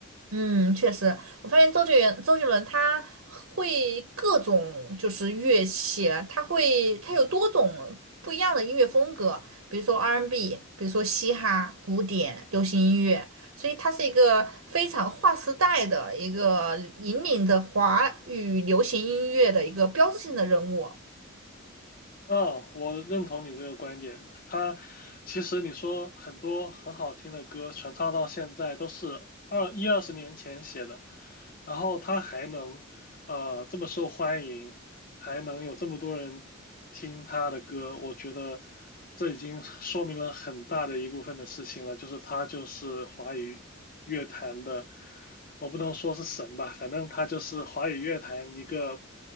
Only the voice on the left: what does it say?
哦，我认同你这个观点。他其实你说很多很好听的歌传唱到现在都是二一二十年前写的，然后他还能呃这么受欢迎，还能有这么多人听他的歌，我觉得这已经说明了很大的一部分的事情了，就是他就是华语乐坛的，我不能说是神吧，反正他就是华语乐坛一个